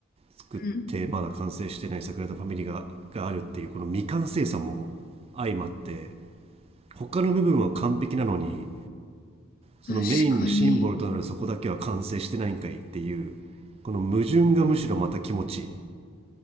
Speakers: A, on the right; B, on the left.
A: 作ってまだ完成してないサグラダ・
B: うん。
A: ファミリが、があるっていうこの未完成さも相まって、他の部分は完璧なのに、そのメインのシンボルとなるそこだけは完成してないんかいっていう、
B: 確かに。
A: この矛盾がむしろまた気持ちいい。